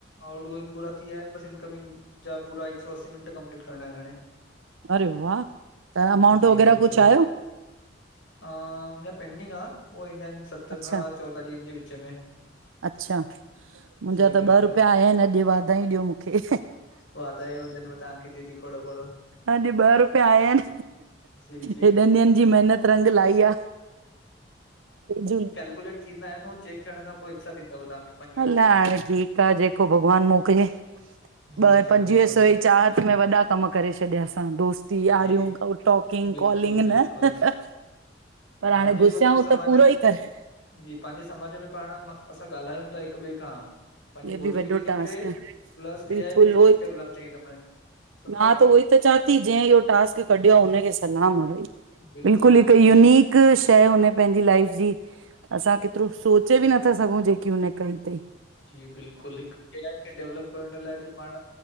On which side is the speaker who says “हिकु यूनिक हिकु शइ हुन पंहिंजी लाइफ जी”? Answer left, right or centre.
Right